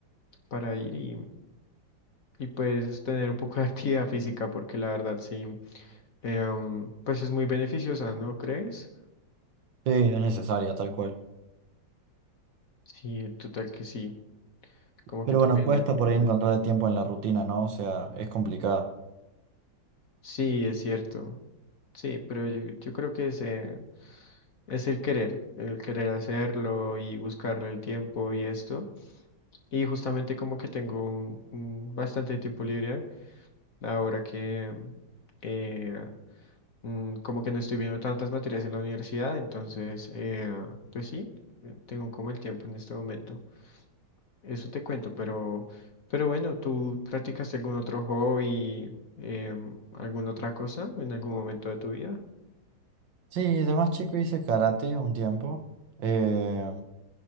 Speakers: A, on the left; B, on the right.
A: para ir y, y pues tener un poco de <laughs> actividad física porque la verdad sí, eh, um, pues es muy beneficiosa, ¿no crees?
B: Sí, es necesaria, tal cual.
A: Sí, total que sí, como
B: Pero
A: que también
B: bueno, cuesta
A: me...
B: por ahí encontrar el tiempo en la rutina, ¿no? O sea, es complicada.
A: Sí, es cierto. Sí, pero yo, yo creo que ese Es el querer, el querer hacerlo y buscarle el tiempo y esto. Y justamente como que tengo un- un bastante tiempo libre ahora que eh, mm, como que no estoy viendo tantas materias en la universidad, entonces eh, pues sí, eh, tengo como el tiempo en este momento. Eso te cuento, pero, pero bueno, ¿tú practicaste algún otro hobby, em, alguna otra cosa en algún momento de tu vida?
B: Sí, de más chico hice karate un tiempo, eh,